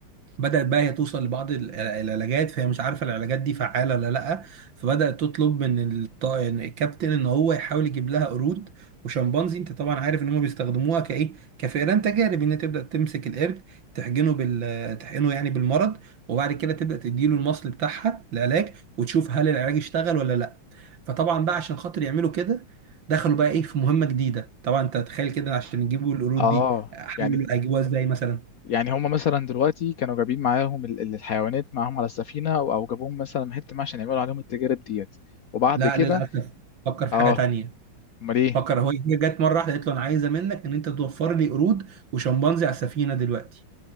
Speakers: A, on the right; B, on the left.
A: بدأت بقى هي توصل لبعض ال- العلاجات فهي مش عارفة العلاجات دي فعالة ولا لأ فبدأت تطلب من الط- إن الكابتن إن هو يحاول يجيب لها قرود وشمبانزي أنت طبعا عارف إن هم بيستخدموها كإيه كفئران تجارب إن هي تبدأ تمسك القرد تحقنه بال تحقنه يعني بالمرض وبعد كده تبدأ تديله المصل بتاعها العلاج وتشوف هل العلاج اشتغل ولا لأ فطبعا بقى عشان خاطر يعملوا كده دخلوا بقى إيه في مهمة جديدة طبعا أنت تخيل كده عشان يجيبوا القرود
B: اه
A: دي حاولوا
B: يعني
A: هيجيبوها إزاي مثلا
B: يعني هم مثلا دلوقتي كانوا جايبين معاهم ال- ال- الحيوانات معاهم على السفينه او أو جابوهم مثلا من حته ما عشان يعملوا عليهم التجارب ديت وبعد
A: لا
B: كده
A: للاسف فكر في
B: اه
A: حاجه تانية
B: امال ايه
A: فكر هو هي جت مره واحده قالت له انا عايزه منك ان انت توفر لي قرود وشمبانزي على السفينه دلوقتي